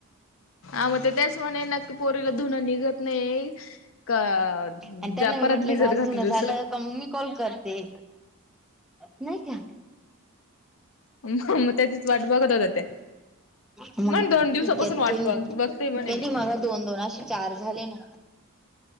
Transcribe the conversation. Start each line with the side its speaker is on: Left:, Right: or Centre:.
Left: आव ते ते म्हणे नक्की पोरीला धुन निघत नाही का
Centre: आणि त्यांना मी
Left: परत
Centre: म्हटलं
Left: भिजत
Centre: की माझं
Left: घातलं
Centre: धुन झालं
Left: दुसरं.
Centre: मग मी कॉल करते. नाही का?
Left: मग त्याचीच वाट बघत होत्या त्या
Centre: मग
Left: म्हण दोन दिवसापासून
Centre: इतक्यात
Left: वाट
Centre: के नाही.
Left: बघ बघते म्हणे
Centre: त्यांनी
Left: मी
Centre: मला दोन दोन असे चार झाले ना.